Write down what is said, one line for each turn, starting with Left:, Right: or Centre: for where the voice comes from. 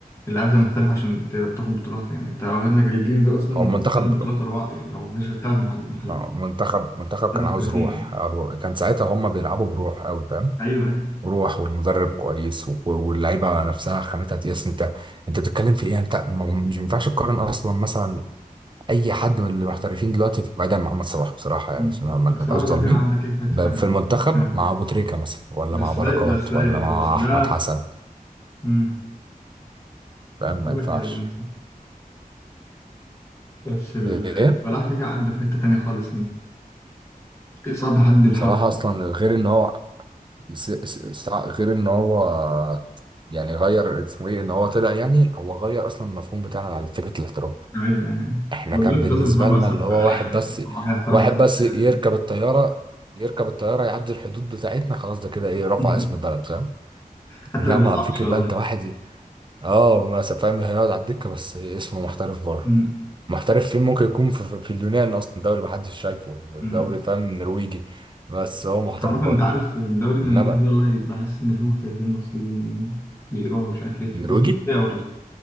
Left: اللعيبه المحترفه عشان تبقى بتاخد بطولات يعني انت عندك الجيل ده اصلا
Right: او
Left: واخد
Right: منتخب
Left: ثلاث بطولات ورا بعض يعني او مفيش غير ثلاث محل محل
Right: آه، منتخب منتخب
Left: ثلاث
Right: كان
Left: محترفين
Right: عاوز روح
Left: يعني
Right: أو كان ساعتها هم بيلعبوا بروح قوي فاهم
Left: ايوه يعني
Right: روح والمدرب كويس و- واللعيبه نفسها خامتها تقيس انت انت بتتكلم في ايه انت م- مش ينفعش تقارن اصلا مثلا اي حد من المحترفين دلوقتي بعيدا عن محمد صلاح بصراحه يعني
Left: مم.
Right: عشان ما
Left: صلاح
Right: نبقاش ظالمين
Left: ده كده عدى كده في حته
Right: ب-
Left: ثانيه
Right: في المنتخب
Left: يعني.
Right: مع ابو تريكه مثلا ولا
Left: بس
Right: مع بركات
Left: ده بس بس
Right: ولا مع
Left: ده
Right: احمد حسن
Left: مم.
Right: فاهم ما
Left: بقول
Right: ينفعش
Left: لك ايه والله نسيت بس ال-
Right: ايه
Left: صلاح كده كده عدى في حته ثانيه خالص يعني صعب حد يلحقه
Right: صلاح اصلا غير ان هو س- س- سع- غير ان هو يعني غير اسمه ايه ان هو طلع يعني هو غير اصلا المفهوم بتاعنا على فكره الاحتراف
Left: ايوه يعني
Right: احنا
Left: هو
Right: كان
Left: دلوقتي
Right: بالنسبه
Left: كاس الاحتراف بقى
Right: لنا اللي هو
Left: بقى
Right: واحد
Left: عادي
Right: بس
Left: واحد احترف
Right: واحد
Left: ده
Right: بس يركب
Left: عادي
Right: الطياره يركب الطياره يعدي الحدود بتاعتنا خلاص ده كده ايه رفع
Left: <laughs>
Right: اسم البلد فاهم
Left: حتى
Right: انما
Left: لو ما بيلعبش
Right: فكره
Left: والله
Right: بقى انت واحد اه ما س- فاهم هيقعد على الدكه بس اسمه محترف بره
Left: امم
Right: محترف فين ممكن يكون في, في في اليونان اصلا دوري ما حدش شايفه دوري
Left: امم
Right: فاهم نرويجي بس هو محترف
Left: عامة
Right: بره
Left: انت عارف في الدوري اللي
Right: انما
Left: انا فيه والله بحس ان فيه محترفين مصريين بيروحوا مش عارف ليه
Right: نرويجي
Left: وتركيا برضه